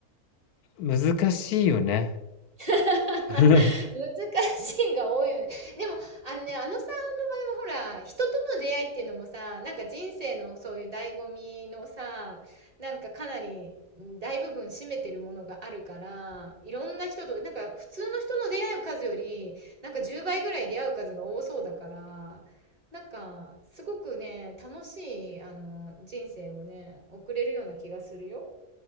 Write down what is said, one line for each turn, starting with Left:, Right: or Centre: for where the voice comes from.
Left: 難しいよね。
Right: <laughs> 難しいが多いよね。
Left: <laughs>
Right: でも、あのね、あのさんの場合はほら、人との出会いっていうのもさ、なんか人生のそういう醍醐味のさ、なんかかなり大部分占めてるものがあるから、いろんな人と、なんか普通の人の出会う数より、なんか10倍ぐらい出会う数が多そうだから、なんかすごくね、楽しい、あの、人生をね、送れるような気がするよ。